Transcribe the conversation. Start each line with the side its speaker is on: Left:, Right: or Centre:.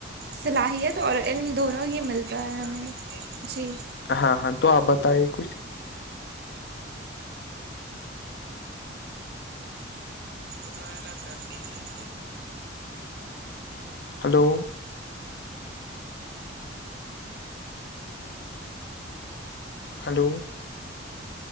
Right: صلاحیت اور علم دونوں ہی ملتا ہے ہمیں جی
Left: ہاں ہاں تو آپ بتائیے کچھ
Right: مطالعہ کرتے ہیں تو
Left: ہلو ہلو